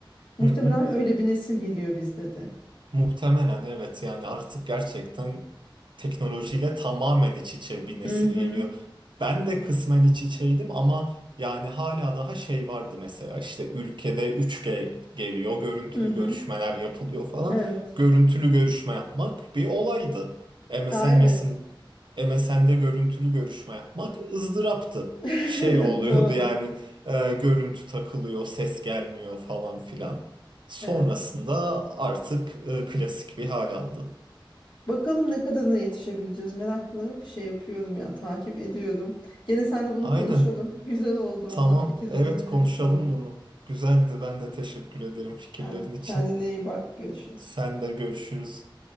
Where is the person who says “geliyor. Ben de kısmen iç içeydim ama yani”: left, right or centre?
Right